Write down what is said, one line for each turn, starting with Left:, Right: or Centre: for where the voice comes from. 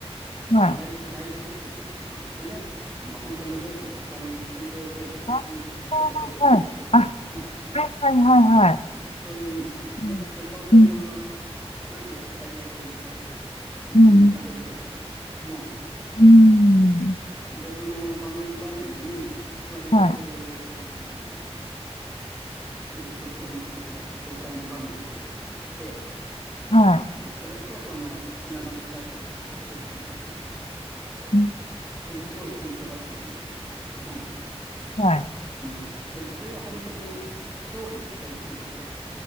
Right: あの大大夫っていうことなんですね。
Left: い。
Right: その本当の両親の他に洗礼を受けるときに大夫を立てるんですけども、
Left: あ、はい。あ、はい、はい、はい、はい。
Right: うん、そういう意味なんですね。
Left: うん、
Right: で当然その
Left: うん、
Right: マフィア、イタリア系なんで、あのみんなカトリックなわけですけども、
Left: うん、うん、うん
Right: で、その場面場面に、割とそういうあの
Left: はい、
Right: キリスト教のですね、教会の場面が出てきたりして、
Left: は
Right: で、それとその血生臭い殺し合いみたいなのが、こう、
Left: い、うん
Right: ものすごいコントラストになってるんですけども、
Left: はい、
Right: うん、でもそれが本当に表裏一体っていうかね、